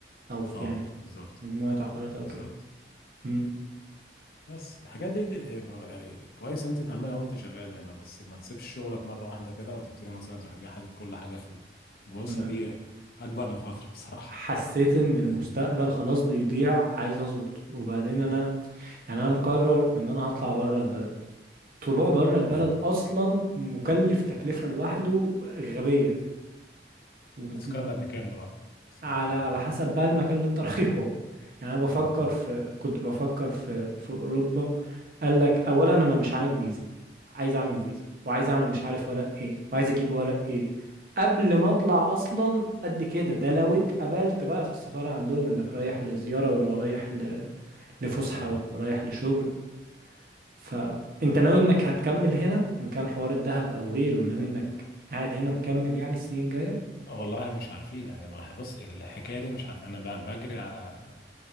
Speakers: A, on the right; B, on the left.
A: او في
B: آه
A: يعني في
B: بالظبط
A: مجموعة عقارات او
B: بالظبط
A: كده مم.
B: بس الحاجات دي يعني كويس ان انت تعملها وانت شغال دايما بس ما تسيبش شغلك مره واحده كده وتبتدي مثلا تروح جاي حاطط كل حاجه في البورصه
A: ما-
B: دي اكبر مخاطره بصراحه
A: حسيت ان المستقبل
B: ده
A: خلاص بيضيع عايز اظبط وبعدين انا يعني انا مقرر ان انا هطلع بره البلد طلوع بره البلد
B: تمام
A: اصلا مكلف تكلفة لوحده غبية ود-
B: التذكره بقت بكام دلوقتي تذكره
A: على
B: الطيران
A: على حسب بقى المكان اللي انت <laughs> رايحه يعني انا بفكر
B: مم.
A: في كنت بفكر في في اوروبا قال لك اولا انا مش عامل فيزا عايز اعمل فيزا وعايز اعمل مش عارف ورق ايه وعايز اجيب ورق ايه قبل ما اطلع اصلا قد كده ده لو اتقبلت بقى في السفارة عندهم انك رايح لزيارة ولا رايح ل... لفسحة
B: اه
A: ولا رايح لشغل فانت ناوي انك هتكمل هنا ان كان حوار الذهب او غيره ناوي انك قاعد هنا مكمل يعني السنين الجاية
B: آه والله مش عارفين يعني ما بص الحكايه دي مش عارف انا ب- بجري على